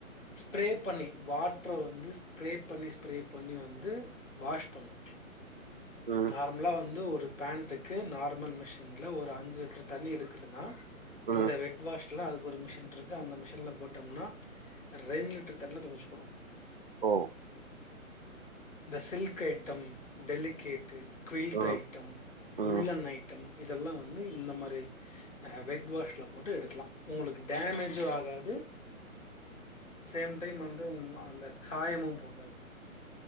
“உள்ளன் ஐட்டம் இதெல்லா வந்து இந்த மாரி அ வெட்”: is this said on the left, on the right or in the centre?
Left